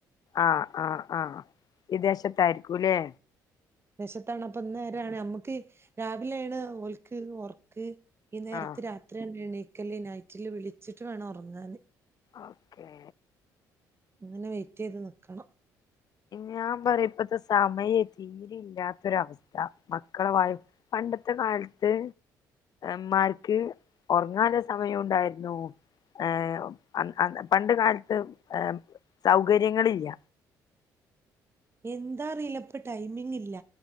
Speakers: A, on the left (about 45°); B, on the right (about 25°).
A: ആഹ് ആഹ് ആഹ് വിദേശത്തായിരിക്കൂലേ
B: വിദേശത്താണ് അപ്പൊന്നേരാണ് നമ്മക്ക് രാവിലെെയാണ് ഓൽക്ക് ഒർക്ക് ഇന്നേരത്ത്
A: ആഹ്
B: രാത്രിയാണ് യണീ ല്ലേ നൈറ്റില് വിളിച്ചിട്ട് വേണം ഉറങ്ങാന്
A: ഓക്കേ
B: അങ്ങനെ വെയിറ്റെയ്ത് നിക്കണം
A: ഞാൻ പറയ ഇപ്പത്തെ സമയെ തീരെ ഇല്ലാത്തൊരവസ്ഥ മക്കളെ വായ് പണ്ടത്തെ കാലത്ത് മ്മാര്ക്ക് ഒർങ്ങാള്ളെ സമയു ഉണ്ടായിരുന്നു ഏ അൻ ൻ പണ്ട കാലത്ത് ഏ സൗകര്യങ്ങളില്ല
B: എന്താ അറിയില്ല ഇപ്പ ടൈമിങ് ഇല്ല